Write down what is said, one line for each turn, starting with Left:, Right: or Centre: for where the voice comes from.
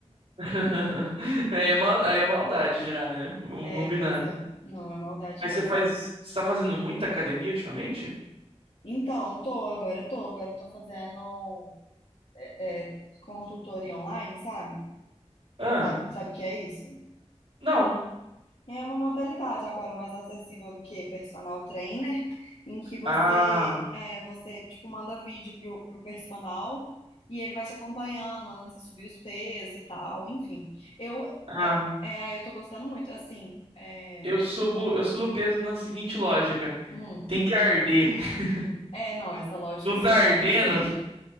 Right: <laughs> Aí é, mal, aí é maldade já, né? Vamos
Left: É,
Right: combinar.
Left: pois é. Não, é maldade
Right: Mas
Left: mesmo.
Right: você faz. Você tá fazendo muita academia ultimamente?
Left: Então, tô, agora eu tô, agora eu tô fazendo é, consultoria online, sabe?
Right: Ah,
Left: Sabe, sabe o que é isso?
Right: não.
Left: É uma modalidade agora mais acessível do que personal trainer, em que você
Right: Ah,
Left: é, você tipo manda vídeo pro, pro personal e ele vai te acompanhando, mandando você subir os pesos e tal, enfim. Eu
Right: ah.
Left: é, é, aí eu tô gostando muito, assim, é,
Right: Eu subo, eu subo peso na seguinte lógica.
Left: hum,
Right: Tem que arder. <laughs>
Left: é, não, essa lógica
Right: Não
Left: sua
Right: tá ardendo?
Left: tá perfeita.